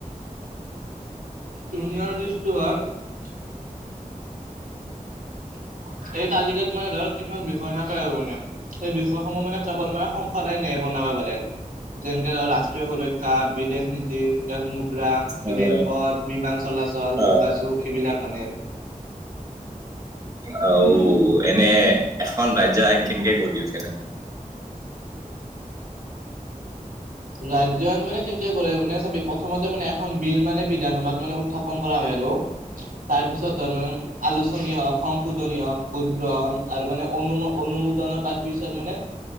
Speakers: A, on the right; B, on the right.
A: ইউনিয়ন ৰিষ্টুৰেণ্ট <unintelligible> এই তালিকাত মানে ধৰ কিছুমান বিষয় থাকে আৰু মানে সেই বিষয়সমূহ মানে কেৱল মানে সংসদায় নিয়ে বনাব- যেনেকে ধৰ ৰাষ্ট্ৰীয় সুৰক্ষা, বিদেশ নীতি-
B: উম,
A: <unintelligible> ৰেলপথ, বিমান চলাচল,
B: অ',
A: যোগাযোগ এইবিলাক মানে আৰু।
B: আৰু এনে এখন ৰাজ্য আইন কেনেকে গঢ়ি উঠে নো?
A: ৰাজ্য মানে কৰে মানে চ প্ৰথমতে মানে এখন বিল মানে বিধানসভাত মানে উত্থাপন কৰা হয় আৰু তাৰছ তাৰপিছত ধ মানে আলোচনী হওক সংশোধনী হওক ভোট গ্ৰহণ আৰু মানে অনু অনু তৰ পিছত মানে